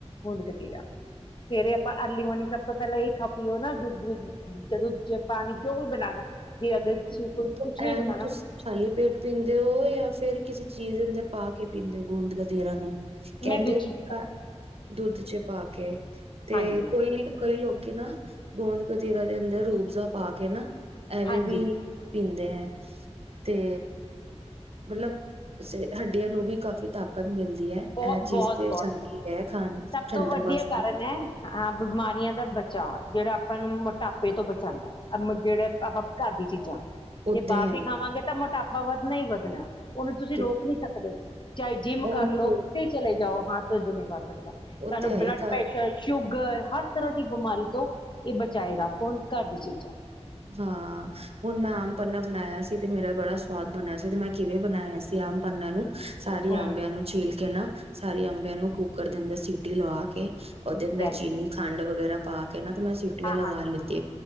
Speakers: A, on the left; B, on the right.
A: ਗੂੰਦ ਕਤੀਰਾ। ਸਵੇਰੇ ਆਪਾਂ ਅਰਲੀ ਮੋਰਨਿੰਗ ਸਭ ਤੋਂ ਪਹਿਲਾਂ ਇਹ ਖਾਓ ਪੀਓ ਨਾ ਦੁੱਧ ਵਿਚ ਜਦੋ ਪਾਣੀ ਚ ਜੋ ਵੀ ਬਣਾਨਾ ਜੇ ਅਗਰ ਤੁਸੀਂ ਕੋਈ
B: ਤੋ
A: ਕੁਛ ਵੀ
B: ਐਨ
A: ਬਣਾਣਾ
B: ਤੁਸੀਂ ਖਾਲੀ ਪੇਟ ਪੀਂਦੇ ਹੋ ਯਾ ਫਿਰ ਕਿਸੇ ਚੀਜ਼ ਦੇ ਅੰਦਰ ਪਾ ਕੇ ਪੀਂਦੇ ਹੋ। ਗੂੰਦ ਕਤੀਰਾ ਨੂੰ ਕਹਿੰਦੇ
A: ਮੈਂ ਦੁੱਧ ਚ
B: ਕਿ ਘਰ ਦੁੱਧ ਚ ਪਾ ਕੇ। ਤੇ
A: ਹਾਂਜੀ
B: ਕੋਈ ਕਈ ਲੋਕ ਕੇ ਨਾ ਗੋਂਦ ਕਤੀਰਾ ਦੇ ਅੰਦਰ ਰੂਹਫਜ਼ਾ ਪਾ ਕੇ ਨਾ ਏਵੇਂ
A: ਹਾਂਜੀ
B: ਵੀ ਪੀਂਦੇ ਹੈ। ਤੇ ਮਤਲਬ ਸ ਹੱਡੀਆਂ ਨੂੰ ਵੀ ਕਾਫ਼ੀ ਤਾਕਤ ਮਿਲਦੀ ਹੈ
A: ਬਹੁਤ
B: ਇਹ ਚੀਜ਼
A: ਬਹੁਤ
B: ਤੇ
A: ਬਹੁਤ
B: ਚੰਗੀ ਹੈ ਖਾਣ
A: ਸਭ
B: ਠੰਡਕ
A: ਤੋਂ ਵਧੀਆ
B: ਵਾਸਤੇ
A: ਕਾਰਨ ਹੈ ਹਾਂ ਆਮ ਬਿਮਾਰੀਆਂ ਦਾ ਬਚਣ ਦਾ ਜਿਹੜਾ ਆਪਾਂ ਨੂੰ ਮੋਟਾਪੇ ਤੋਂ ਬਚਾਂਦਾ ਹੈ। ਜਿਹੜੇ ਆਪਾਂ ਘਰ ਦੀ ਚੀਜ਼ਾਂ
B: ਉਹ
A: ਜੇ
B: ਤੇ
A: ਬਾਹਰ
B: ਹੈ
A: ਦੀ
B: ਹੀ
A: ਖਾਵਾਂਗੇ ਤਾਂ ਮੋਟਾਪਾ ਹਾ ਵਧਣਾ ਹੀ ਵਧਣਾ ਉਹਨੂੰ ਤੁਸੀਂ
B: ਤੇ
A: ਰੋਕ ਨਹੀਂ ਸਕਦੇ। ਚਾਹੇ ਜਿੰਮ
B: ਉਹਨੂੰ
A: ਕਰ ਲਓ।
B: ਰੋ
A: ਚਲੇ ਜਾਓ ਹੱਥ ਉਦੋਂ ਨੀ ਪਾ ਸਕਦਾ।
B: ਉਹ
A: ਸਾਨੂੰ
B: ਤੇ ਹੈ
A: ਬਲੱਡ
B: ਹੀ
A: ਪ੍ਰੈਸ਼ਰ ਸ਼ੂਗਰ ਘਰ ਹਰ ਤਰ੍ਹਾਂ ਦੀ ਬਿਮਾਰੀ ਤੋਂ ਇਹ ਬਚਾਏਗਾ ਕੌਣ ਘਰ ਦੀ ਚੀਜ਼ਾਂ।
B: ਹਾਂ ਹੁਣ ਮੈਂ ਆਮ ਪੰਨਾ ਬਣਾਇਆ ਸੀ ਤੇ ਮੇਰਾ ਬੜਾ ਸਵਾਦ ਬਣਿਆ ਸੀ ਤੇ ਮੈਂ ਕਿਵੇਂ ਬਣਾਇਆ ਸੀ ਆਮ ਪੰੰਨਾ ਨੂੰ ਸਾਰੀ
A: ਹੂੰ
B: ਆੰਬਿਆਂ ਨੂੰ ਝੀਲ ਕੇ ਨਾ ਸਾਰੀ ਅੰਬਿਆਂ ਨੂੰ ਕੁੱਕਰ ਦੇ ਅੰਦਰ ਸੀਟੀ ਲਵਾ ਕੇ। ਉਹਦੇ ਅੰਦਰ
A: ਵੈਰੀ
B: ਚੀਨੀ ਖੰਡ ਵਗੈਰਾ ਪਾ ਕੇ ਕਹਿੰਦਾ ਤੇ ਮੈਂ ਸਿਊਟੀਆਂ
A: ਹਾਂ
B: ਲਗਾ
A: ਹਾਂ
B: ਲਿੱਤੀਆਂ